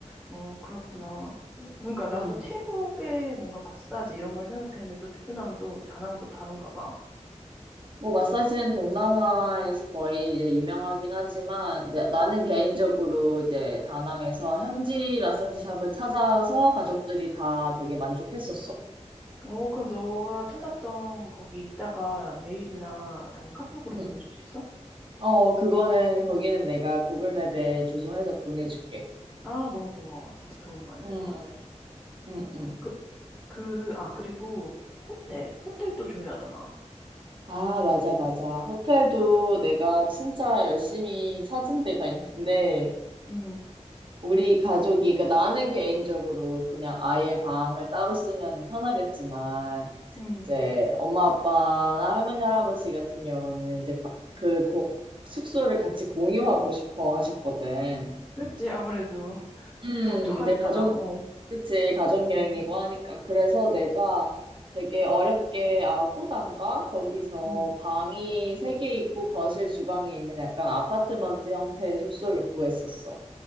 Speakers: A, in the centre; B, on the right.
A: 어, 그렇구나. 그러니까
B: 음.
A: 나도 태국에 뭔가 마사지 이런 걸 생각했는데 또 베트남은 또 다낭은 또 다른가 봐.
B: 뭐 마사지는 동남아에서 거의 이제 유명하긴 하지만 나, 나는 개인적으로 이제 다낭에서 현지 마사지 샵을 찾아서 가족들이 다 되게 만족했었어.
A: 어, 그럼 너가 찾았던 거기 있다가 메일이나 아니면 카톡으로
B: 음.
A: 보내줄 수 있어?
B: 어, 그거는 거기는 내가 구글 맵에 주소해서 보내줄게.
A: 아, 너무 고마워. 진짜 도움 많이
B: 음,
A: 될 것 같아.
B: 음, 음.
A: 그, 그, 아, 그리고 호텔. 호텔도 중요하잖아.
B: 아, 맞아, 맞아. 호텔도 내가 진짜 열심히 찾은 데가 있는데,
A: 음,
B: 우리 가족이, 그러니까 나는 개인적으로 그냥 아예 방을 따로 쓰면 편하겠지만,
A: 음.
B: 이제 엄마, 아빠나 할머니, 할아버지 같은 경우는 이제 가- 그 고- 숙소를 같이 공유하고 싶어 하셨거든.
A: 그치, 아무래도 <laughs>
B: 음,
A: 적적하시잖아.
B: 이제 가족,
A: 어.
B: 그치, 가족여행이고
A: 음,
B: 하니까. 그래서 내가 되게 어렵게 아고단가? 거기서
A: 음.
B: 방이 세 개 있고 거실 주방이 있는 약간 아파트먼트 형태의 숙소를 구했었어.